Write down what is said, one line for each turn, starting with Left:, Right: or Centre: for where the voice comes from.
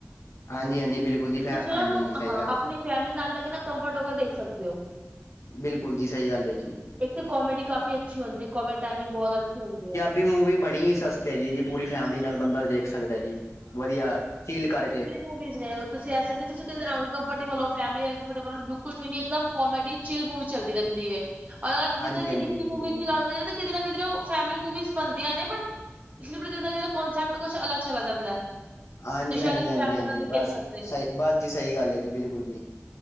Left: ਹਾਂਜੀ- ਹਾਂਜੀ, ਬਿਲਕੁਲ ਜੀ ਫ ਹਾਂਜੀ।
Right: ਤੁਸੀਂ ਉਹਨਾਂ ਨੂੰ
Left: ਸਹੀ
Right: ਹਾਂ
Left: ਗੱਲ
Right: ਆਪਣੀ
Left: ਜੀ।
Right: ਫੈਮਿਲੀ ਨਾਲ ਤਾਂ ਨਾ ਕੰਫਰਟ ਹੋ ਗਿਆ ਦੇਖ ਸਕਦੇ ਹੋ।
Left: ਬਿਲਕੁਲ ਜੀ ਸਹੀ ਗੱਲ ਏ ਜੀ।
Right: ਇੱਕ ਤਾਂ ਕੋਮੇਡੀ ਕਾਫੀ ਅੱਛੀ ਹੁੰਦੀ। ਕੋਮੇਡੀ ਟਾਈਮਿੰਗ ਬਹੁਤ ਅੱਛੀ ਹੁੰਦੀ ਆ।
Left: ਵੀ ਮੂਵੀ ਬਣੀ ਸਸਤ ਹੈਗੀ ਜੀ। ਪੂਰੀ ਫੈਮਲੀ ਨਾਲ ਬੰਦਾ ਦੇਖ ਸਕਦਾ ਜੀ। ਵਧੀਆ ਚੀਲ ਕਰਕੇ
Right: ਮੁਵੀਜ਼ ਨੇ ਤੁਸੀਂਸੇ ਨੀ ਤੁਸੀਂ ਕਦੇ ਅਨਕੰਫਰਟੇਬਲ ਹੋ ਫੈਮਲੀ ਅਨਕਫਰੇਬਲ ਹੋ ਬਿਲਕੁਲ ਵੀ ਨੀ ਇੱਕਦਮ ਕੋੇਡੀ। ਚੀਲ ਮੂਵੀ ਚੱਲਦੀ ਰਹਿੰਦੀ ਹੈ। ਔਰਗਰ
Left: ਹਾਂਜੀ-ਹਾਂਜੀ
Right: ਜਿੱਥੇ ਅਸੀਂ ਹਿੰਦੀ
Left: ਬਿਲਕੁਲ
Right: ਮੂਵੀਜ਼
Left: ਜੀ।
Right: ਦੀ ਗੱਲ ਕਰੀਏ। ਕਿ ਨਾ ਕਿ ਫੈਮਲੀ ਮੁਵੀ ਬਣਦੀਆਂ ਨੇ ਬਟ ਕਿਤੇ ਨਾੋਂਸਪਟ ਕੁਝ ਚਲਾ ਜਾਂਦਾ।
Left: ਹਾਂਜੀ-
Right: ਜੋ ਸ਼ਾਇਦ
Left: ਹਾਂਜੀ- ਹਾਂਜੀ
Right: ਫੈਮਿਲੀ
Left: -ਹਾਂਜੀ
Right: ਨਾਲ ਨਹੀਂ
Left: ਬਸ
Right: ਦੇਖ ਸਕਦੇ।
Left: ਸਹੀ ਬਸ ਜੀ। ਸਹੀ ਗੱਲ ਹੈ ਜੀ ਬਿਲਕੁਲ ਜੀ।